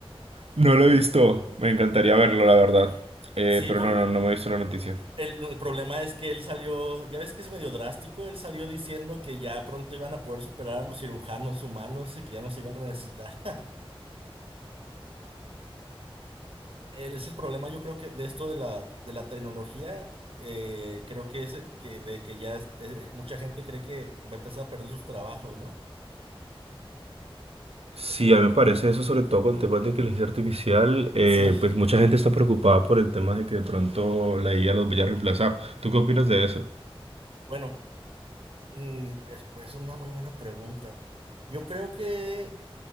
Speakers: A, on the right; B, on the right.
A: No lo he visto, me encantaría verlo, la verdad. Eh,
B: Sí,
A: pero
B: por
A: no, no, no me he visto la noticia.
B: El, el problema es que él salió, ya ves que es medio drástico, él salió diciendo que ya pronto iban a poder superar a los cirujanos humanos y que ya no se iban a necesitar. <laughs> Él es el problema, yo creo que de esto de la, de la tecnología, eh, creo que es que de que ya es- eh, mucha gente cree que va a empezar a perder sus trabajos, ¿no?
A: Sí, a mí me parece eso, sobre todo con temas de inteligencia artificial, eh,
B: Sí, <laughs>
A: pues mucha gente está preocupada por el tema de que de pronto la IA los vaya a reemplazar. ¿Tú qué opinas de eso?
B: bueno, mm, es, es una muy buena pregunta. Yo creo que